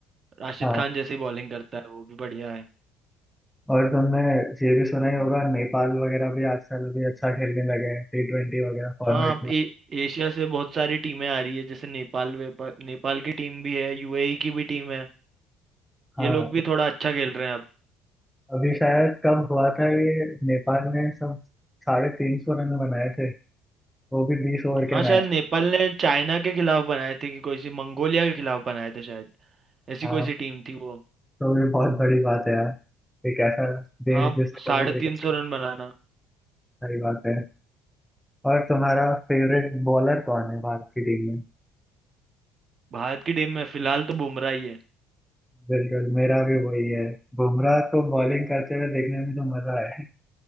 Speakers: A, on the right; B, in the centre.
A: राशिद
B: हाँ
A: खान जैसी बॉलिंग करता है वो भी बढ़िया है
B: और तुमने ये भी सुना ही होगा नेपाल वगैरह भी आजकल भी अच्छा खेलने लगे हैं टी ट्वेंटी वगैरह फॉर्मेट
A: हाँ अब
B: में
A: ए, एशिया से बहुत सारी टीमें आ रही है जैसे नेपाल वेपा, नेपाल की टीम भी है यूएई की भी टीम है
B: हाँ
A: ये लोग भी थोड़ा अच्छा खेल रहे हैं
B: अभी शायद कब हुआ था ये नेपाल ने सब साढ़े तीन सौ रन बनाए थे वो भी बीस ओवर
A: हाँ
B: के
A: शायद
B: मैच
A: नेपाल ने चाइना के खिलाफ बनाए थे कि कोई सी मंगोलिया के खिलाफ बनाए थे शायद ऐसी
B: हाँ
A: कोई सी टीम थी वो
B: तो ये बहुत बड़ी बात है यार एक ऐसा देश
A: हाँ
B: जिसका
A: साढ़े
B: भी क्रिकेट
A: तीन सौ रन बनाना
B: बड़ी बात है और तुम्हारा फेवरेट बॉलर कौन है भारत की टीम में
A: भारत की टीम में फिलहाल तो बुमराह ही है
B: बिल्कुल मेरा भी वही है बुमराह को बॉलिंग करते हुए देखने में तो मजा है